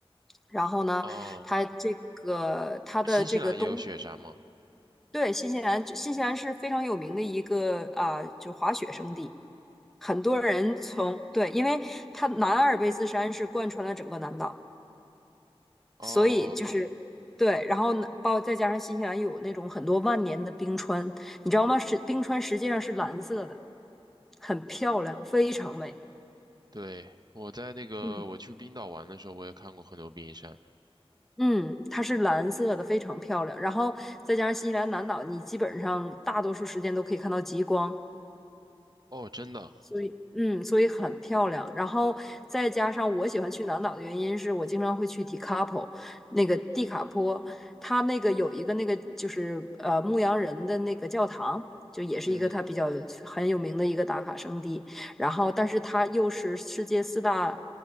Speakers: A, in the centre; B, on the right.
A: 然后呢，
B: 哦，
A: 它这个它的这个东，
B: 新西兰也有雪山吗？
A: 对，新西兰，新西兰是非常有名的一个啊、就滑雪胜地，很多人从，
B: 啊，
A: 对，因为它南阿尔卑斯山是贯穿了整个南岛，
B: 哦，
A: 所以就是。对，然后呢，包再加上新西兰有那种很多万年的冰川，你知道吗？是冰川实际上是蓝色的，很漂亮，非常美。
B: 对，我在那个我去冰岛玩的时候，
A: 嗯。
B: 我也看过很多冰山。
A: 嗯，它是蓝色的，非常漂亮。然后再加上新西兰南岛，你基本上大多数时间都可以看到极光。
B: 哦，真的，
A: 所以，嗯，所以很漂亮。然后再加上我喜欢去南岛的原因是我经常会去 Tekapo，那个蒂卡坡，它那个有一个那个就是呃牧羊人的那个教堂，就也是一个它比较很有名的一个打卡圣地。
B: 嗯，
A: 然后，但是它又是世界四大